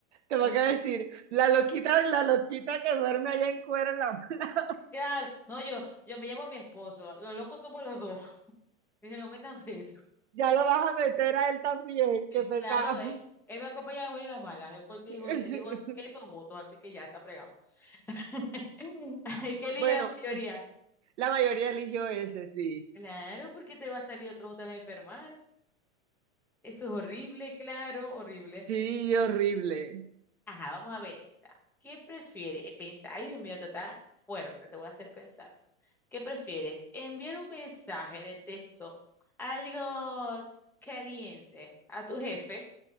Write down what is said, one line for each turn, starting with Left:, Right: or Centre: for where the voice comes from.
Right: Te
Centre: Eh,
Right: van a decir, la loquita, la loquita que duerme allá en cuero, en la- <laughs>
Centre: Claro, no, yo, yo me llamo a mi esposo. Los locos somos los dos. <laughs> Dije, no metan preso.
Right: ya lo vas a meter a él también, qué pecado.
Centre: Claro, eh, él me acompaña a las buenas y las malas. Él fue el que
Right: <laughs>
Centre: dijo, él dijo es- esos votos, así que ya está fregado. <laughs> Ay, ¿Qué
Right: Bueno,
Centre: eligió la mayoría?
Right: la mayoría eligió ese, sí.
Centre: Claro, porque te va a salir otro otra vez a enfermar. Eso es horrible, claro, horrible.
Right: Sí, horrible.
Centre: Ajá, vamos a ver esta. ¿Qué prefieres? Pensa, ay, Dios mío, esto está fuerte, te voy a hacer pensar. ¿Qué prefieres? ¿Enviar un mensaje de texto algo caliente a tu jefe